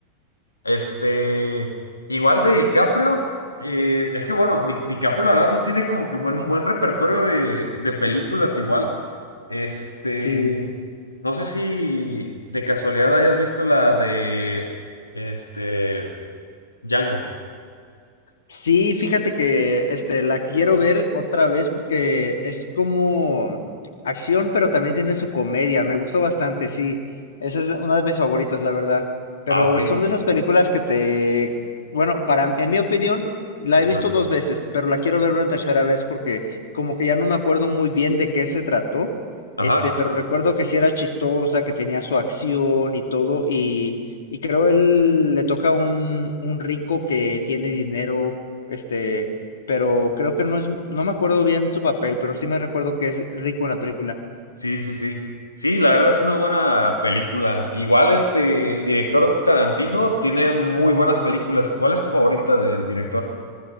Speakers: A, on the left; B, on the left.
A: Este,
B: S-
A: igual de DiCaprio, eh, es que bueno, Di- DiCaprio la verdad sí tiene como que buen, un buen repertorio de, de películas igual. Este,
B: Sí.
A: no sé si de casualidad hayas visto la de, este, Django.
B: Sí, fíjate que este la quiero ver otra vez porque es como acción, pero también tiene su comedia. Me gustó bastante, sí. Esa es una de mis favoritas, la verdad. Pero
A: Ah, ok.
B: son de esas películas que te, bueno, para, en mi opinión, la
A: Ajá.
B: he visto dos veces, pero la quiero ver una tercera vez porque como que ya no me acuerdo muy bien de qué se trató.
A: Ajá,
B: Este, pero recuerdo que sí era chistosa, que tenía su acción y todo, y y creo él le toca un, un rico que tiene dinero, este, pero creo que no es, no me acuerdo bien su papel, pero sí me recuerdo que es rico en la película
A: Sí, sí, sí. Sí, la verdad es una buena película. Igual este, el director Tarantino tiene muy buenas películas. ¿Cuál es tu favorita del director?